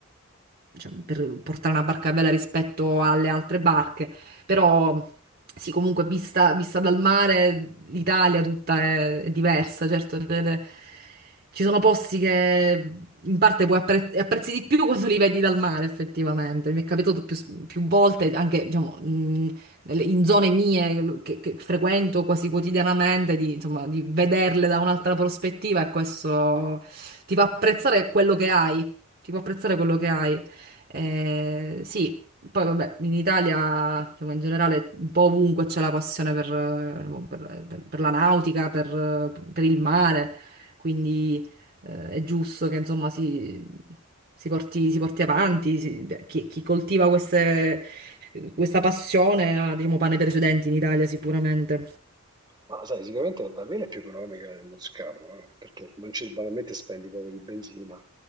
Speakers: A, on the right; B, on the right.
A: cioè, per portare una barca bella rispetto alle altre barche, però sì, comunque vista, vista dal mare l'Italia tutta è, è diversa, certo, le- le- ci sono posti che in parte puoi appre- apprezzi di più quando li vedi dal mare, effettivamente. Mi è capitato più, più volte, anche diciamo, mh, nelle- in zone mie che, che frequento quasi quotidianamente, di, insomma, di vederle da un'altra prospettiva e questo ti fa apprezzare quello che hai. Ti fa apprezzare quello che hai. Eh, sì, poi vabbè, in Italia, diciamo, in generale, un po' ovunque c'è la passione per, eh, per- per- per la nautica, per, per il mare, quindi eh, è giusto che insomma si, si porti, si porti avanti, si- chi, chi coltiva queste- questa passione ha, diciamo, pane per i suoi denti in Italia sicuramente.
B: Ma sai, sicuramente la vela è più economica del moscardo, eh, perché non c'è, banalmente spendi poco di benzina,